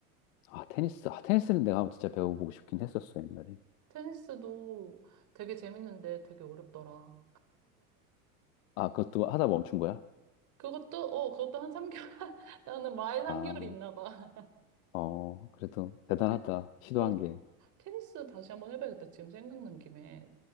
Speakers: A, on the left (about 65°); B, on the right (about 45°).
A: 아, 테니스. 아, 테니스는 내가 한번 진짜 배워보고 싶긴 했었어, 옛날에.
B: 테니스도 되게 재밌는데 되게 어렵더라.
A: 아, 그것도 하다 멈춘 거야?
B: 그것도, 어, 그것도 한 3개월, <laughs> 나는 마에
A: 아,
B: 3개월이 있나 봐.
A: 어, 그래도
B: 어,
A: 대단하다.
B: 테,
A: 시도한
B: 어,
A: 게.
B: 테니스 다시 한번 해봐야겠다. 지금 생각난 김에.